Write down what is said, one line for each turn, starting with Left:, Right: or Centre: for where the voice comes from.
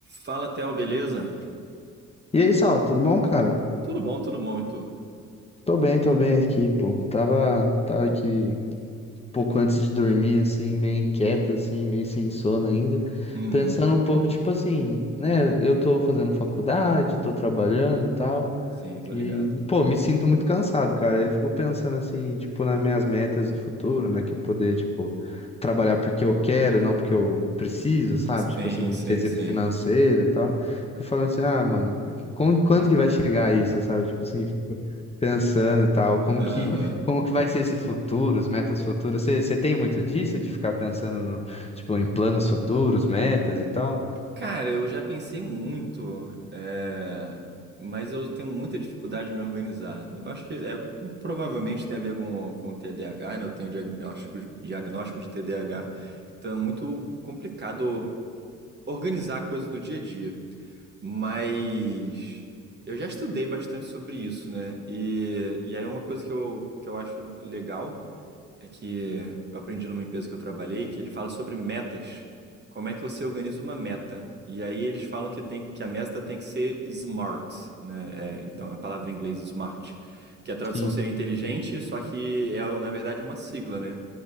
Right: Fala, Theo, beleza?
Left: E aí, Saulo, tudo bom, cara?
Right: Tudo bom, tudo bom, e tu?
Left: Tô bem, tô bem aqui, pô. Tava, tava aqui um pouco antes de dormir, assim, meio inquieto, assim, meio sem sono ainda.
Right: Uhum.
Left: Pensando um pouco, tipo assim, né? Eu tô fazendo faculdade, tô trabalhando e tal.
Right: Sim, tô ligado.
Left: E, pô, me sinto muito cansado, cara. Eu fico pensando, assim, tipo, nas minhas metas do futuro, né? Que é poder, tipo, trabalhar porque eu quero, não porque eu preciso, sabe?
Right: Sim,
Left: Tipo assim,
Right: sim,
Left: quesito
Right: sim.
Left: financeiro e tal. Fico falando assim, ah, mano, que- quan- quando que vai chegar isso, sabe? Tipo assim, pensando e tal, como
Right: Aham.
Left: que, <laughs> como que vai ser esse futuro, as metas futuras? Você, você tem muito disso, de ficar pensando no, tipo, em planos futuros, metas e tal?
Right: Cara, eu já pensei muito, é, mas eu tenho muita dificuldade de me organizar. Eu acho que é, provavelmente tem a ver com, com o TDAH, né? Eu tenho diagnóstico, diagnóstico de TDAH, então é muito complicado organizar a coisa do dia a dia. Mas eu já estudei bastante sobre isso, né? E, e aí uma coisa que eu, que eu acho legal é que eu aprendi numa empresa que eu trabalhei que ele fala sobre metas. Como é que você organiza uma meta? E aí eles falam que, tem, que a meta tem que ser smart, né? É, então a palavra em inglês smart, que a tradução
Left: Sim.
Right: seria inteligente, só que é na verdade é uma sigla, né?